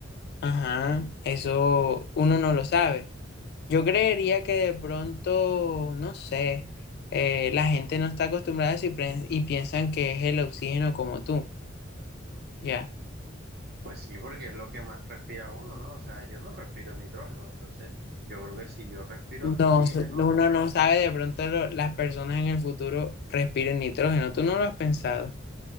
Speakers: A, on the left; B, on the right.
A: Ajá, eso uno no lo sabe. Yo creería que de pronto, no sé, eh, la gente no está acostumbrada a eso y, pre- y piensan que es el oxígeno como tú. Ya.
B: Pues sí, porque es lo que más respira uno, ¿no? O sea, yo no respiro nitrógeno, entonces yo creo que si yo respiro
A: No,
B: oxígeno,
A: so- no, uno no sabe, de pronto lo- las personas en el futuro respiren nitrógeno, tú no lo has pensado.